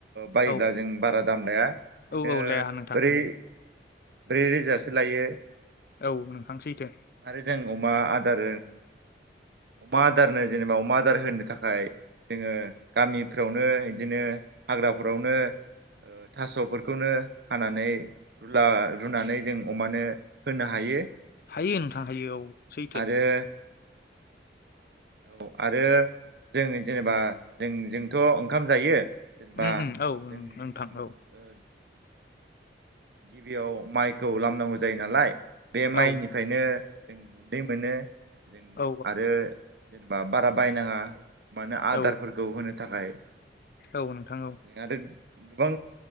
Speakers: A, on the right (about 65°); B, on the left (about 55°).
A: बायोब्ला
B: औ
A: जों बारा दाम लाया बिदिनो
B: औ औ लाया नोंथां
A: बोरै।
B: उम
A: ब्रै रोजासो लायो।
B: औ नोंथांसैथो।
A: आरो जों अमा आदार अमा आदारनो जेनेबा अमा आदार होनो थाखाय जोङो। गामिफ्रावनो बिदिनो हाग्राफोरावनो थास'फोरखौनो हानानै रुला रुनानै जों अमानो होनो हायो।
B: हायो नोंथां हायो औ सैथो।
A: आरो औ आरो जोंनि जेनेबा। जों जोंथ' ओंखाम जायो। जेनेबा
B: उम उम औ
A: जों।
B: नोंथां औ
A: गिबियाव माइखौ लामनांगौ जायो नालाय बे माइनिफ्रायनो
B: औ
A: जों गुन्दै मोनो। जों
B: औ
A: आरो जेनेबा बारा बायनाङा। माने आदारफोरखौ
B: औ
A: होनो नि थाखाय
B: औ नोंथां औ।
A: आरो गोबां